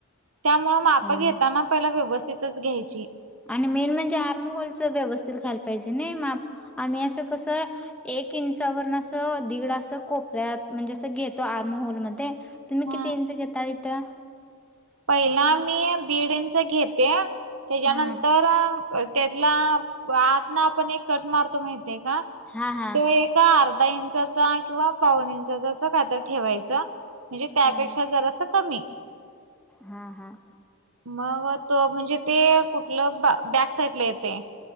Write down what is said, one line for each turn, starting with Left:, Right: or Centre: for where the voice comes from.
Right: त्यामुळे माप
Centre: हम्म
Right: घेताना, पहिला व्यवस्थितच घ्यायची.
Centre: आणि मेन म्हणजे आर्महलच व्यवस्थित घायला पाहिजे नाही म आम्ही असं कसं. एक इंचावरन असं दीड असं कोपऱ्यात म्हणजे असं घेतो आर्महॉलमध्ये. तुम्ही
Right: हा
Centre: किती इंच घेतता इथं?
Right: पहिला मी दिडं इच घेते त्याच्यानंतर-
Centre: हा
Right: त्यातला आत ना आपण एक कट मारतो माहते का
Centre: हा हा
Right: तो- का अर्धा इंचाचा किंवा पावन इंचाचा असं काही तर ठेवायचं. म्हणजे त्यापेक्षा
Centre: हा
Right: जरा असं कमी.
Centre: हा हा
Right: मग त म्हणजे ते कुठलं बॅक साईड ला येते.